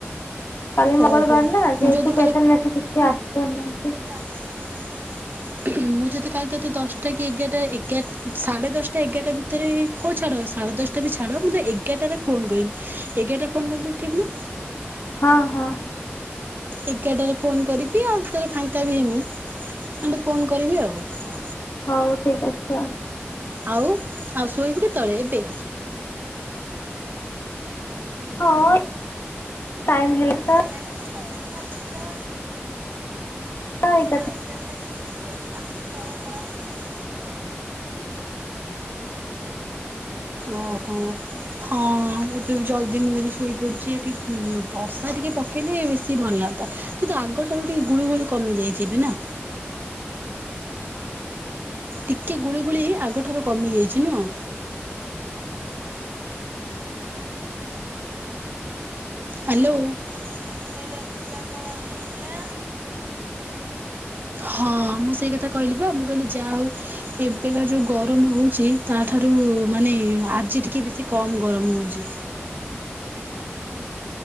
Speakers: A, on the left; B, on the right.
A: କାଲି ମଙ୍ଗଳବାର
B: ଓହୋ
A: ନା
B: ମୁଁ
A: ଯେହେତୁ
B: ଯଦି
A: ପେସେନ୍ ମେସ କିଛି ଆସିପାରୁନାହାନ୍ତି
B: ହ <unintelligible> ମୁଁ ଯଦତି କାଲି ତୋତେ ଦଶଟା ଏଗାର୍ଟା ଏଗା ସାଢ଼େ ଦଶଟା ଏଗାର୍ଟା ଭିତ ମତରେ ହଉ ଛାଡ଼ ସାଢ଼େ ଦଶଟା ବି ଛାଡ଼ ମ ମୁଁ ତ ଏଗାରଟାରେ ଫୋନ୍ କରିବମି ଏଗାରଟାରେ ଫୋନ୍ କଲେ ତ ଉଠିବୁ ନା
A: ହଁ ହଁ
B: ଏଗାରଟାରେ ଫୋନ କରିବି ଆଉରେ ଫାଙ୍କା ବି ହେମି ନ୍ତେ ଫୋନ କରିବି ଆଉ ହଉ ହଉ
A: ହଉ ଠିକ୍ ଅଛି ଆଉ
B: ଆଉ ଆଉ ଶୋଇବୁ କେତେବେଳେ ଏବେ
A: ହଁ ଟାଇମ ହେନ୍ ତ
B: ଇତା <unintelligible>
A: ଏଗାରଟା
B: ହଁ ଏଇଟା ବି ତ ଆଖି ତଳ ଟା କଳା ପଡୁଛି ଓହୋ ହଁ ଏବେ ଜଲଦି ମୁଁ ବି ଶୋଇ ପଡୁଛି ଏଠି ବର୍ ସ୍ ତା ଟିକେ ପକେଇଲେ ବେଶୀ ଭଲ ଲାଗନ୍ତା କିନ୍ତୁ ଆଗଠାରୁ ଟିକେ ଗୁଳିୁ ଗୁଳି କମିଯାଇଛି ଏବେ ନା ଟିକେ ଗୁଳିୁଗୁଳି ଆଗଠାରୁ କମିଯାଇଛି ନୁହଁ ହ୍ୟାଲୋ ଖାଇବା ପିଇବା କଣ ହେଇଥିଲା ହଁ ମୁଁ ସେଇ କଥା କହିଲି ପା ମୁଁ କହିଲି ଯାହା ହଉ ଏବେକା ଯୋଉ ଗରମ ହଉଛି, ତାଠାରୁ ମାନେ ଆଜି ଟିକେ ବେଶୀ କମ୍ ଗରମ ହଉଛି।